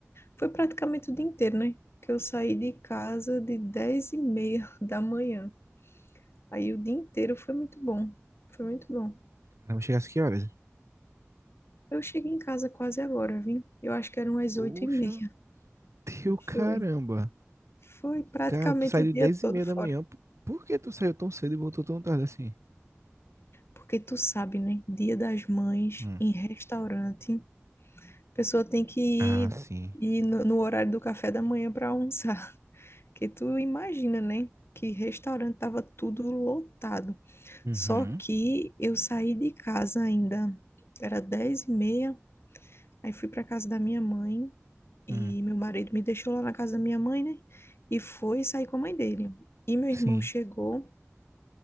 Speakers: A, on the left; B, on the right.
A: Foi praticamente o dia inteiro, né? Que eu saí de casa de 10 e meia da manhã. Aí o dia inteiro foi muito bom. Foi muito bom.
B: Caramba, chegasse que horas?
A: Eu cheguei em casa quase agora, vim. Eu acho que eram as
B: Poxa,
A: oito e meia.
B: teu caramba.
A: Foi. Foi praticamente
B: Cara, tu saiu
A: o dia
B: 10
A: todo
B: e meia
A: fora.
B: da manhã. P- Por que tu saiu tão cedo e voltou tão tarde assim?
A: Porque tu sabe, né? Dia das Mães,
B: Hum.
A: em restaurante, a pessoa tem que ir,
B: Ah, sim.
A: ir no, no horário do café da manhã para almoçar. <laughs> Que tu imagina, né? Que restaurante tava tudo lotado.
B: Uhum.
A: Só que eu saí de casa ainda, era 10 e meia, aí fui para casa da minha mãe e
B: Hum.
A: meu marido me deixou lá na casa da minha mãe, né? E foi sair com a mãe dele. E meu irmão
B: Sim.
A: chegou